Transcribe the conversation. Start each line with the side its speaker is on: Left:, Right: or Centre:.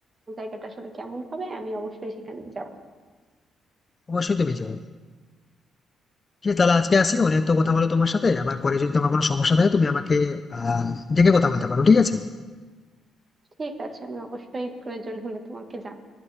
Right: জায়গাটা আসলে কেমন হবে আমি অবশ্যই সেখানে যাব
Left: অবশ্যই তুমি যাও ঠিক আছে তাহলে আজকে আসি অনেক তো কথা বলো তোমার সাথে আবার পরে যদি তোমার কোনো সমস্যা থাকে তুমি আমাকে আহ ডেকে কথা বলতে পারো ঠিক আছে
Right: ঠিক আছে আমি অবশ্যই প্রয়োজন হলে তোমাকে জানাবো